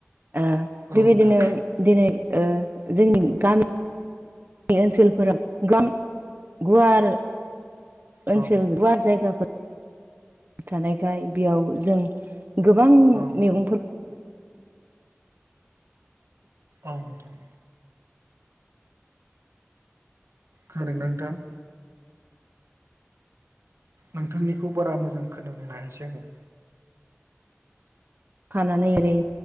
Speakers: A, on the right; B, on the right.
A: ओ
B: औ नोंथां
A: बेबायदिनो दिनै ओ जोंनि गामि नि ओनसोलफोराव गोबां <inaudible> गुवार <inaudible>
B: औ
A: ओनसोल गुवार जायगाफोर थानायखाय बेयाव जों गोबां
B: औ
A: मैगंफोर
B: औ नोंथां। खोनादों ना नोंथां? नोंथांनिखौ बारा मोजां खोनानो हायासै आङो।
A: खानानै ओरै